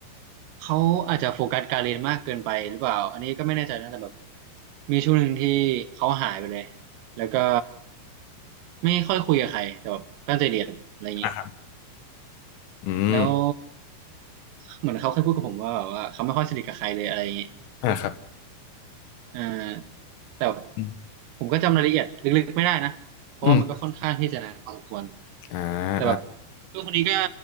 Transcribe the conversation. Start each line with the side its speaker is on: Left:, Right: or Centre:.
Right: เขาอาจจะโฟกัสการเรียนมากเกินไปหรือเปล่าอันนี้ก็ไม่แน่ใจนะแต่แบบมีช่วงหนึ่งที่เขาหายไปเลยแล้วก็ไม่ค่อยคุยกับใครแต่แบบตั้งใจเรียนอะไรอย่างนี้
Left: อ่าครับอืม
Right: แล้วเหมือนเขาเคยพูดกับผมว่าแบบว่าเขาไม่ค่อยสนิทกับใครเลยอะไรอย่างนี้
Left: อ่าครับ
Right: อ่าแต่
Left: อืม
Right: ผมก็จำรายละเอียดลึกๆไม่ได้นะเพราะว่ามันก็ค่อนข้างที่จะนานพอสมควร
Left: อืมอ่าอ่า
Right: แต่แบบเพื่อนคนนี้ก็